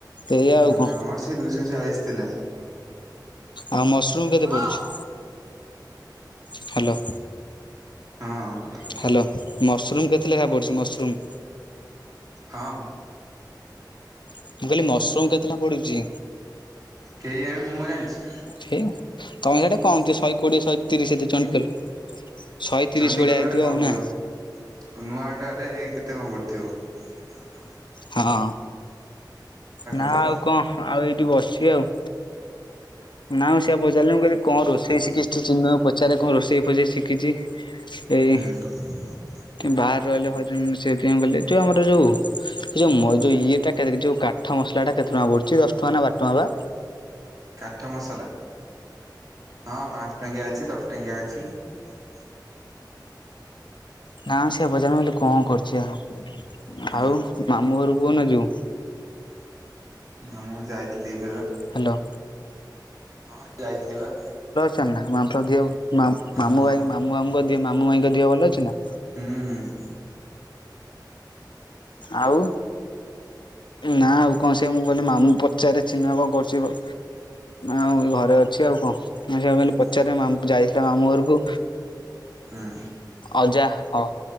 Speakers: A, on the left (about 85°); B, on the right (about 50°).
A: ଏଇଆ
B: ହଁ
A: ଆଉ କଣ
B: ଆମର ସେଇ ଦୁଇଶହ ଚାଳିଶ ଥିଲା।
A: ଆଉ ମସରୁମ୍ କେତେ
B: ହଁ
A: ପଡୁଛି? ହ୍ୟାଲୋ।
B: ହଁ।
A: ହ୍ୟାଲୋ ମସରୁମ୍ କେତେ ଲେଖା ପଡିଛି? ମସରୁମ୍।
B: ହଁ, ।
A: ମୁଁ କହିଲି ମସରୁମ୍ କେତେ ଲା ପଡୁଚି?
B: କେଇ ଆଣ ମୁଁ କଣ ଜାଣିଛି?
A: ସେଇ ତୋମେ ସେଇଟା କମ ଶହେ କୋଡିଏ ଶହେ ତିରିଶ ଦେ ଚଣ୍ଡିଖୋଲ। ଶହେ ତିରିଶ
B: ଚଣ୍ଡିଖୋଲ
A: ଭଳିଆ ହେଇଥିବ
B: ଆଡେ କମ
A: ଆଉ ନା?
B: ଥିବ। କ ନୂଆ ଟା ରେ ଏଇ କେତେ କଣ କରିଥିବ?
A: ହଁ ନା
B: ଆଡେ।
A: ଆଉ କଣ? ଆଉ ଏଇଠି ବସିଚି ଆଉ। ନା ମୁଁ ସେଇଆ ପଚାରିଲି ମୁଁ କହିଲି କଣ ରୋଷେଇ ଶିଖିଛି ଚିନ୍ମୟ ପଚାରେ କଣ ରୋଷେଇ ଫୁଷେଇ ଶିଖିଛି?
B: ହଁ।
A: ଏଇ ବାହାରେ ରହିଲେ ହରି ଉଁ, ସେଇଥିପାଇଁ ମୁଁ ଗଲି ଛୁଆ ଆମର ଯୋଉ ଏଇ ଯୋଉ ମଇ ଯୋଉ ଇଏଟା କେରକେ ଯୋଉ କାଠ ମସଲା ଟା କେତେ ଟଙ୍କା ପଡୁଛି ଦଶ ଟଙ୍କା ନା ବାର ଟଙ୍କା ବା?
B: କାଠ ମସଲା ହଁ ପାନ୍ସ ଟଙ୍କିଆ ଅଛି। ଦଶ ଟଙ୍କିଆ ଅ ଛି।
A: ନା ସେଇଆ ପଚାରିଲି ମୁଁ କହିଲି କଣ କରୁଛି ଆଉ?
B: ହୁଁ
A: ଆଉ ମାମଁ ଘରୁ କୁଅନ ଯିବୁ?
B: ନା ମୁଁ ଯାଇଥିଲି ଏ
A: ହ୍ୟାଲୋ।
B: ହଁ ଏ ଯାଇଥିଲି ବା।
A: ତ ନାହା ମାଫ ଦିହ ମାମ୍ ମାମୁ
B: ହଁ।
A: ଭାଇ ମାମୁ ଫାମୁଙ୍କ ଦିହ ମାମୁ ମାଇଁଙ୍କ ଦିହ ଭଲ ଅଛି ନା?
B: ହୁଁ, ହୁଁ।
A: ଆଉ ନା ଆଉ କଣ ସେ ମୁଁ କହିଲି ମାମୁଁ ପଚାରି ଚିନା କଣ କରଚି ବ ଆଉ ଘରେ ଅଛି ଆଉ କଣ। ମୁଁ ସେୟା କହିଲି
B: ହୁଁ
A: ପଚାରେ ମାମ ଯାଇଥିଲା ମାମୁ ଘରକୁ
B: ହୁଁ
A: ଅଜା ହଁ